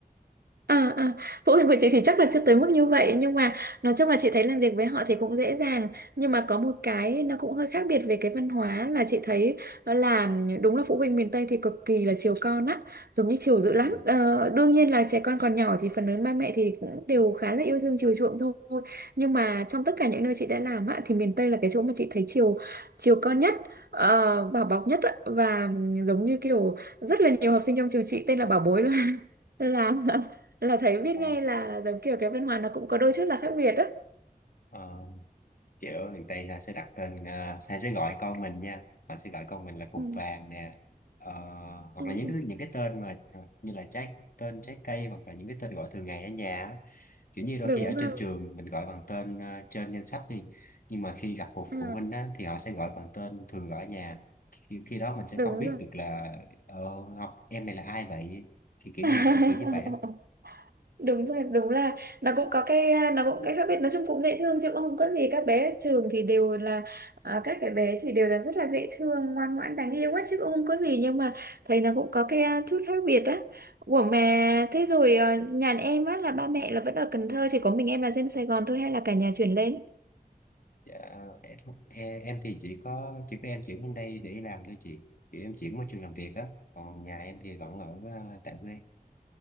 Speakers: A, on the right; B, on the left.
A: À, à, phụ huynh của chị thì chắc là chưa tới mức như vậy nhưng mà nói chung là chị thấy làm việc với họ thì cũng dễ dàng nhưng mà có một cái nó cũng hơi khác biệt về cái văn hóa là chị thấy đó là đúng là phụ huynh miền Tây thì cực kỳ là chiều con á giống như chiều dữ lắm
B: Ừ.
A: ờ, đương nhiên là trẻ con còn nhỏ thì phần lớn ba mẹ thì cũng đều khá là yêu thương chiều chuộng thôi nhưng mà trong tất cả những nơi chị đã làm á thì miền Tây là cái chỗ mà chị thấy chiều chiều con nhất ờ, bảo bọc nhất á, và giống như kiểu rất là nhiều học sinh trong trường chị tên là bảo bối là <laughs> là thấy biết
B: Ờ,
A: ngay là giống kiểu cái văn hóa nó cũng có đôi chút là khác biệt á
B: ờ. kiểu ở miền Tây là sẽ đặt tên ờ, Hay sẽ gọi con mình nha họ sẽ gọi con mình là cục
A: ừ.
B: vàng nè Ờ, hoặc
A: ừ,
B: là những
A: ừ.
B: cái những cái tên mà ờ, như là trái tên trái cây hoặc là những cái tên gọi thường ngày ở nhà á. kiểu như đôi
A: đúng
B: khi ở
A: rồi
B: trên trường mình gọi bằng tên ờ, trên danh sách đi nhưng mà khi gặp một
A: ừ.
B: phụ huynh á, thì họ sẽ gọi bằng tên thường gọi ở nhà khi, khi đó mình sẽ
A: đúng
B: không biết
A: rồi
B: được là ờ, học em này là ai vậy thì kiểu
A: <laughs>
B: như kiểu, kiểu như vậy á
A: đúng rồi đúng là nó cũng có cái nó cũng cái khác biệt nói chung cũng dễ thương chứ cũng không có gì các bé ở trường thì đều là à, các cái bé thì đều là rất là dễ thương ngoan ngoãn đáng yêu quá chứ cũng không có gì nhưng mà thấy nó cũng có cái à, chút khác biệt á Ủa mà thế rồi à, nhà em á là ba mẹ là vẫn ở Cần Thơ chỉ có mình em là dân Sài Gòn thôi hay là cả nhà chuyển lên
B: Dạ, em, không- em em thì chỉ có chỉ có em chuyển lên đây để đi làm thôi chị kiểu em chuyển môi trường làm việc á còn nhà em thì vẫn ở ờ, tại quê